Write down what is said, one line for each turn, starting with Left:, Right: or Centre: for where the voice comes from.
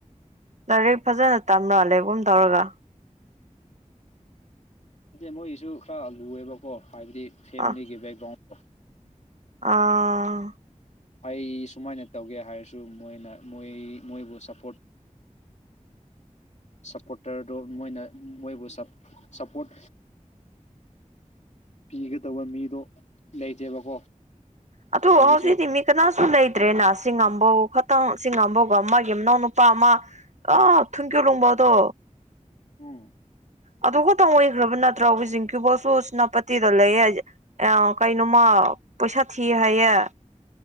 Right: ꯂꯗꯥꯥꯏꯔꯦꯛ ꯐꯖꯅ ꯇꯝꯂꯣ ꯂꯩꯦꯕꯣꯝ ꯇꯧꯔꯒ
Left: ꯍꯥꯏꯗꯤ ꯃꯣꯏꯒꯤꯁꯨ ꯈꯔ ꯂꯨꯑꯦꯕꯀꯣ ꯍꯥꯏꯕꯗꯤ ꯐꯦꯃꯤꯂꯤꯒꯤ
Right: ꯑ
Left: ꯕꯦꯛꯒ꯭ꯔꯥꯎꯟꯗꯣ
Right: ꯑꯥ
Left: ꯑꯩ ꯁꯨꯃꯥꯏꯅ ꯇꯧꯒꯦ ꯍꯥꯏꯔꯁꯨ ꯃꯣꯏꯅ ꯃꯣꯏ ꯃꯣꯏꯕꯨ ꯁꯞꯄꯣꯔꯠ ꯁꯞꯄꯣꯔꯇꯔꯗꯨꯣ ꯃꯣꯏꯅ ꯃꯣꯏꯕꯨ ꯁꯞꯄꯣꯔꯠ ꯄꯤꯒꯗꯧꯕ ꯃꯤꯗꯣ ꯂꯩꯇꯦꯕꯀꯣ
Right: ꯑ ꯇꯣ
Left: ꯍꯧꯖꯤꯛꯁꯦ
Right: ꯍꯥꯎꯁꯤ ꯇꯤꯃꯤ ꯀꯅꯥꯁꯨ ꯂꯩꯇ꯭ꯔꯦꯅ ꯁꯤ ꯉꯥꯝꯕꯧ ꯈꯇꯪ ꯁꯤ ꯉꯝꯕꯧꯒ ꯃꯥ ꯃꯅꯥꯎ ꯅꯨꯄꯥ ꯑꯃ ꯑ ꯊꯨꯡꯀ꯭ꯌ ꯂꯣꯡꯕ ꯇꯣ
Left: ꯎꯝ
Right: ꯑꯗꯨ ꯈꯛꯇꯪ ꯑꯣꯏꯈ꯭ꯔꯕ ꯅꯠꯇ꯭ꯔꯣ ꯋ ꯤꯡꯀꯤꯕꯣꯁꯨ ꯁꯦꯅꯥꯄꯇꯤꯗ ꯂꯩ ꯑ ꯀꯩꯅꯣꯃ ꯄꯩꯁꯥ ꯊꯤꯌꯦ ꯍꯥꯏꯌꯦꯦ